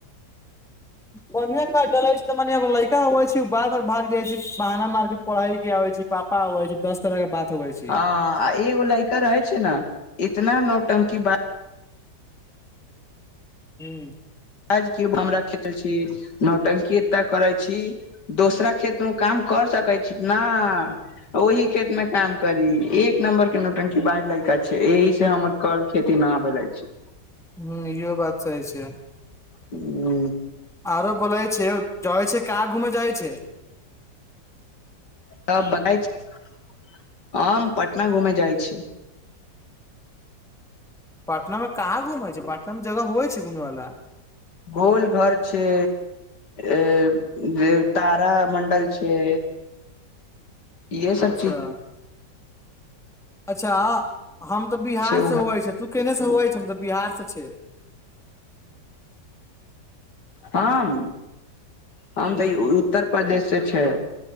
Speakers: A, in the centre; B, on the left.
A: बढिया खाद डलै छै, त मनेगो लड़का ह छै, भाग आर भाग जाइ छै बहाना मारके पढ़ै की आबै छी पापा आउ छै। दस तरहके बात होबै छै।
B: ह आ एगो लैका रहे छै ने इतना नौटंकी बाज
A: हू।
B: हमरा खेत छी नौटंकी ए करै छी। दोसरा खेतमे काम कर सकै छी ने। ओहि खेतमे काम करी एक नम्बरके नोटंकी बाज लड़का छै, एहि से हमर। कल खेती न भेले छै।
A: हू, इहो बात सही छै।
B: हू।
A: आरो बोलै छै, जाइ छै, कहाँ घूमे जाइ छै।
B: त बता <unintelligible> हम पटना घूमे जाइ छी।
A: पटनामे कहाँ घुमै छै, पटनामे जगह होइ छै, घूमै वाला
B: गोलघर छै। अ जे तारा मंडल छै। इहे सब
A: अच्छा।
B: चीज
A: अच्छा, हम तऽ बिहार
B: छै वहाँ।
A: से हवै छै, तू केने से हवै छै? हम तऽ बिहार से छै।
B: हम, हम
A: ह
B: तऽ उत्तर प्रदेश से छै।